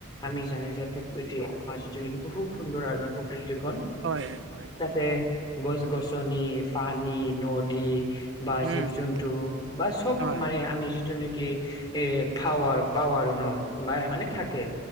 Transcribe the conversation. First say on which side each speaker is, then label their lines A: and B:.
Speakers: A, on the left; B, on the right.
A: আমি জানো যে প্ৰ কৃতিয়ে প্ৰাৰ্চীনিক বহু সুন্দৰ আৰু প্ৰকৃতিখন।
B: হয়, হয়, হয়।
A: তাতে গছ-গছনি, পানী, নদী বা
B: উম
A: জীৱ-জন্তু বা চব
B: হয়
A: মানে আমি যিটো নেকি এ ফাৱাৰ, পাৱাৰো ন বা মানে থাকে।